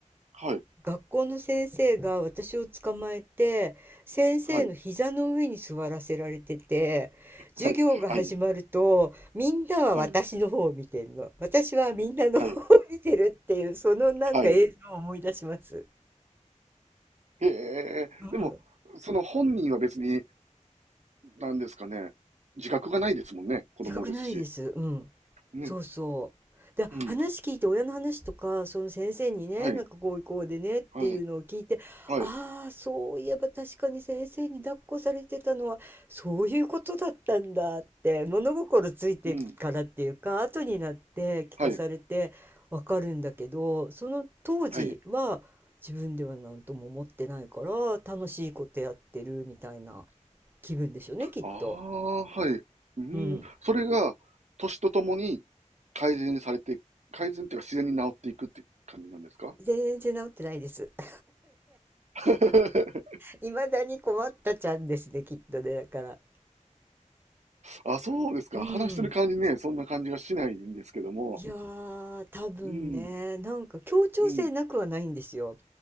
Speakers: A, on the right; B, on the right.
A: はい。
B: 学校の先生が私を捕まえて、先生の膝の上に座らせられてて、
A: はい。
B: 授業が始まると、
A: はい、はい、
B: みんなは私の方を見てるの。
A: はい、
B: 私はみんなの方を見てるっていう、
A: はい、
B: そのなんか映像を思い出します。
A: はい。へえ、
B: うん。
A: でも、その本人は別に、なんですかね、自覚がないですもんね、子供ですし。
B: 自覚ないです。うん。
A: ね、
B: そうそう。で、
A: うん。
B: 話聞いて親の話とか、その先生にね、
A: はい、
B: なんかこうこうでねっていうのを聞いて、
A: はい、はい、
B: ああ、そういえば確かに先生に抱っこされてたのはそういうことだったんだって物心ついてからっていうか、
A: うん、
B: 後になって聞かされてわかるんだけど、
A: はい、
B: その当時は自分では何とも思ってないから楽しいことやってるみたいな
A: はい。
B: 気分でしょうね、きっと。
A: ああ、はい。うん、
B: うん。
A: それが、年とともに改善されて、改善っていうか自然に治っていくって感じなんですか
B: 全然治ってないです。<laughs>
A: <laughs>
B: 未だに困ったちゃんですね、きっとね、だから。
A: あ、そうですか。
B: うん。
A: 話してる感じね、そんな感じがしないんですけども。
B: いやー、多分ね、
A: うん、
B: なんか協調性なくはないんですよ。
A: うん、